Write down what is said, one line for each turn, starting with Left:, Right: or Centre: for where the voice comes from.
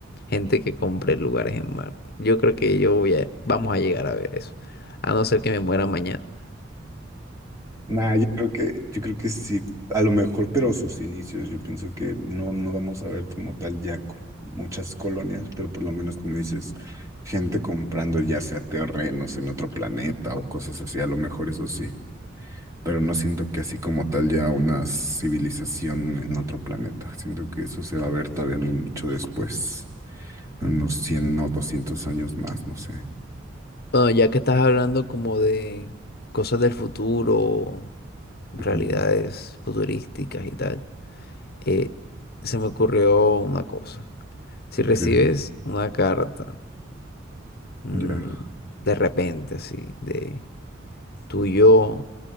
Left: Gente que compre lugares en Marte. Yo creo que yo voy a- vamos a llegar a ver eso. A no ser que me muera mañana.
Right: Nah, yo creo que, yo creo que sí, a lo mejor, pero sus inicios. Yo pienso que no, no vamos a ver como tal ya co- muchas colonias, pero por lo menos como dices, gente comprando ya sea terrenos en otro planeta o cosas así, a lo mejor eso sí. Pero no siento que así como tal ya una civilización en otro planeta. Siento que eso se va a ver todavía no mucho después, unos 100 o 200 años más, no sé.
Left: Bueno, ya que estás hablando como de cosas del futuro, realidades
Right: Ujú,
Left: futurísticas y tal, eh, se me ocurrió una cosa. Si
Right: ok,
Left: recibes una carta, mm,
Right: Ya.
Left: de repente, así, de tu yo